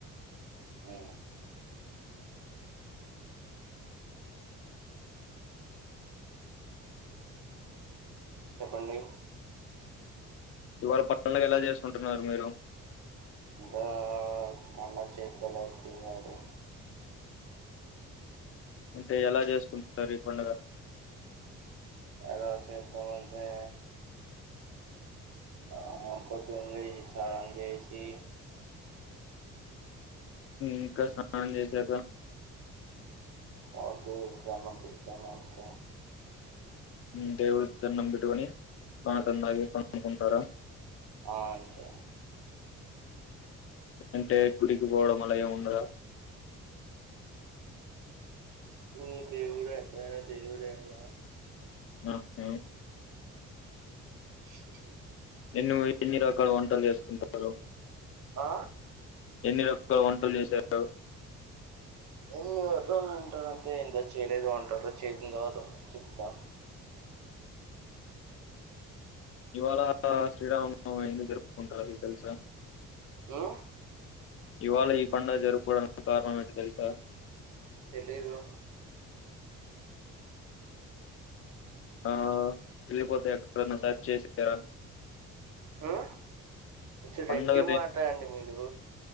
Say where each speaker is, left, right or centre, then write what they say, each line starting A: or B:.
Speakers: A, on the right; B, on the left.
A: ఆ చెప్పండి
B: ఇవాళ పండగా ఎలా చేసుకుంటున్నారు మీరు
A: ఇంకా పండ చేతులో తీయాలి
B: అంటే ఎలా చేసుకుంటరు ఈ పండగ
A: ఎలా చెస్తమంతే ఆ పొద్దున్ లేజి చానం జేసి
B: ఇంకా స్నానం జేసాక
A: ఆ దేవునికి దనం పెతను అంత
B: ఉమ్ దేవుడు దండం బెట్టుకొని పాకందాగి పనుకుంటారా
A: ఆ అంతే
B: అంటే గుడికి బోవడం అలా ఏం ఉండద
A: ఓ దేవుడ అతనా దేవుడే గద
B: ఆ హ
A: <inaudible>
B: ఎన్నో ఎన్ని రకాల వంటలు జేసుకుంటరు
A: ఆ
B: ఎన్ని రకాల వంటలు జేశారు
A: ఏన్ని రకాల అంటే ఇంక చేయలేదు అంటారుో చేసిందో చెప్ా
B: ఇవాళ శ్రీరాము ఎందుకు జరుపుకుంటారు తెలుసా
A: ఏ
B: ఇవాళ ఈ పడుగ జరుపుకోవడానికి కారణంేంటో తెలుసా
A: తెలీదు
B: ఆ తెలిపోతేక్టర్ సర్చ్ చేసారా
A: మ్మ్ కొంచెం
B: పండగ
A: గట్టిగా మాట్లాడండి మీరు